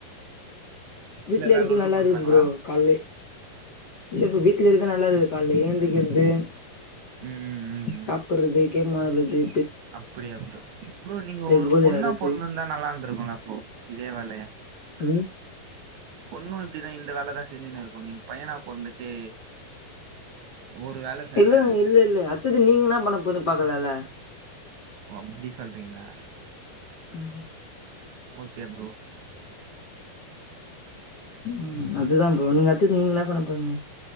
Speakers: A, on the left; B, on the right.
A: வீட்ல
B: எதா
A: இருக்து
B: லொல்லு
A: நல்லா
B: பண்றாங்களா
A: இருக்து ப்ரோ கால்லே இல்ல ப்ரோ வீட்டுல இருக்க ந நல்லா இருக்குது கால்ல எழுந் திகந்து
B: ம் ம் ம் ம்
A: சாப்புடுறது கேம் மாட் றது
B: அப்படியா ப்ரோ, ப்ரோ நீங்க ஒரு
A: கோலி
B: பொண்ணா
A: ஆறது
B: பொறந்துருந்தா நல்லா இருந்திருக்கும்ல அப்போ இதே வேலய
A: ம்
B: பொண்ணும் இப்படிதான் இந்த வேலதான் செஞ்சுன்னு இருக்கு நீங்க பையனா பொறந்துட்டு ஒரு வேல செய்யலனா
A: இல்லங்
B: எப்டி
A: இல்ல இல்ல அடுத்தது நீங்க என்ன பண்ணப் போற பாக்கலல்ல
B: ஓ அப்டி சொல்றீங்களா
A: தண்ணீர் சத்தம் கேக்குது
B: ஓக்கே புரோ க்கும்
A: ம் அதுதான் புரோ நீங்க அடுத்ததா நீங்க என்ன பண்ண போறிங்க